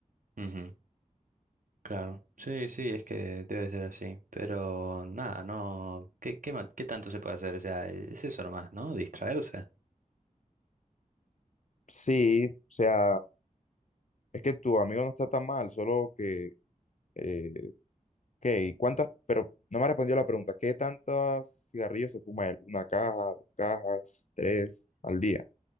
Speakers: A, on the right; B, on the left.
A: ujú. Claro. Sí, sí, es que debe ser así. Pero nada, no. ¿Qué, qué, ma- qué tanto se puede hacer? O sea, es eso nomás, ¿no? Distraerse.
B: Sí, o sea, es que tu amigo no está tan mal, solo que, eh, ¿qué? ¿Y ¿Cuántas? Pero no me ha respondido la pregunta, ¿qué tantos cigarrillos se fuma él? ¿Una caja, dos cajas, tres al día?